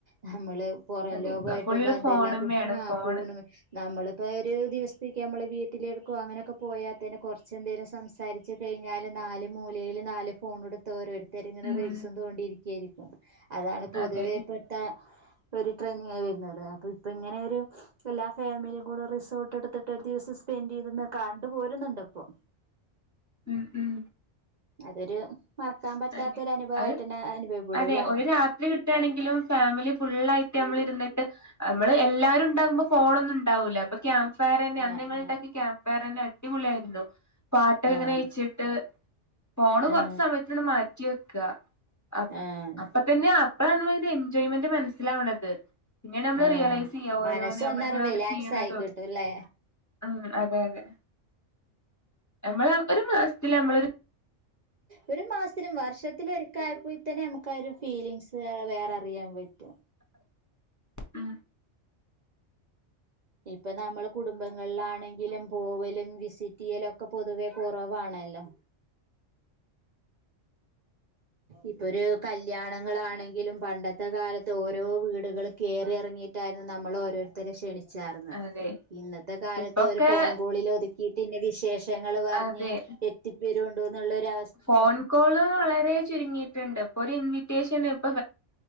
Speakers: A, on the right; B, on the left.
A: ന്നമ്മള് പുറംലോകായിട്ട്
B: അതെ ഇപ്പ ഫുള്ള്
A: ബന്ധെല്ല
B: ഫോണുമ്മേണ്
A: കുഷ്ണാ
B: ഫോണ്
A: പോണ് ന്നമ്മളിപ്പോ ഒര് ദിവസത്തേക്ക് ന്നമ്മള് വീട്ടിലെടുക്കോ അങ്ങനെയൊക്കെ പോയാതെന്നെ കൊർച്ച് എന്തേലും സംസാരി ച്ച് കഴ്‌ഞ്ഞാല് ന്നാല് മൂലെയില് ന്നാല് ഫോൺട് ത്ത് ഓരോരുത്തർ ഇങ്ങെനെ
B: ഉം
A: റീൽസും തോണ്ടിയിരിക്കായായിര്ക്കും അതാണ് പൊതുവെ
B: അതെ
A: പ് ത്ത ഒര് ഡ്രിങ് ആയി വെരുന്നത് അപ്പൊ ഇപ്പൊ ഇങ്ങെനെ ഒരു എല്ലാ ഫാമിലിയും കൂടെ റിസോർട്ട് എടുത്തിട്ട് ഒര്ദിവസം സ്പെന്റ് ചെയ്ത്ന്ന് കണ്ടു പോരുന്നുണ്ട് ഇപ്പൊ.
B: ഉം, ഉം
A: അതൊരു മറക്കാൻ പറ്റാത്തൊരു
B: അയിന്
A: അനുഭവായിട്ടെന്നെ
B: അത്
A: അനുഭവപ്പെടുംലെ?
B: അതെ ഒരു രാത്രി കിട്ട് ട്ടാണെങ്കിലും ഫാമിലി ഫുള്ളായിട്ട് ന്നമ്മൾ ഇര്ന്ന്ട്ട് അമ്മള് എല്ലാരും ഇണ്ടാകുമ്പോ ഫോണൊന്നും ഇണ്ടാവൂല. ഇപ്പൊ ക്യാമ്പ് ഫയറെന്നെ
A: ആഹ്
B: അന്ന് ഞങ്ങള് ഇണ്ടാക്കിയ ക്യാമ്പ് ഫയറെന്നെ അടിപൊളിയായിര്ന്നു പാട്ടൊക്കെ
A: ആഹ്
B: ഇങ്ങെനെ ച്ച് ട്ട് ഫോണ്
A: ആഹ്
B: കൊർച്ച് സമയത്തിന്ന് മാറ്റി വെക്ക. അപ്
A: ആഹ്
B: അപ്പതന്നെയാ അപ്പാണ് അയ്ന്റെ എൻജോയ്മെന്റ് മനസ്സിലാവ്ണത്. പിന്നെ ന്നമ്മള്
A: ആഹ്
B: റിയലൈസിയ്യാ ഓരോന്ന്
A: മനസ്സ്
B: ന്നമ്മളിങ്ങെനെ
A: ഒന്നങ്ങട്
B: ഓരോന്ന്
A: റിലാക്സ്
B: ച്ചിയ്യ്ണതും.
A: ആയി കിട്ടുംല്ലേ
B: ഉം അതെ, അതെ ഞമ്മള് ഒര് മാസത്തില് ഞമ്മളൊരു
A: ഒരു മാസത്തിലും വർഷത്തിലുംഒരിക്ക ആയിപ്പോയി തന്നെ ന്നമുക്ക് ഒര് ഫീലിംങ്ങ്സ് വേറെ അറിയാൻ പറ്റും.
B: അഹ
A: ഇപ്പൊ ന്നമ്മള് കുടുംബങ്ങളിലാണെങ്കിലും പോവെലും വിസിറ്റിയ്യെലൊക്കെ പൊതുവേ കൊറവാണല്ലോ? ഇപ്പൊരു കല്യാണങ്ങളാണെങ്കിലും പണ്ടെത്തെ കാലെത്ത് ഓരോ വീടുകൾ കേറി എർങ്ങി ട്ടായിര്ന്നു ന്നമ്മൾ ഓരോര്ത്തരെ ക്ഷണി ചാർന്നെ
B: അതെ
A: ഇന്നെത്തെ കാലെത്ത്
B: ഇപ്പൊക്കെ
A: ഒര് ഫോൺ കോളിൽ ഒതുക്കിട്ട് ഇന്നവിശേഷ് ശങ്ങൾ പർഞ്ഞ്
B: അതെ
A: എത്തിപ്പേരേണ്ടു ന്നുള്ളൊരു അ
B: ഫോൺ കോള് വളരെ ചുരുങ്ങിയിട്ട്ണ്ട് അപ്പൊ ഒരു ഇൻവിറ്റേഷൻ ഇപ്പൊ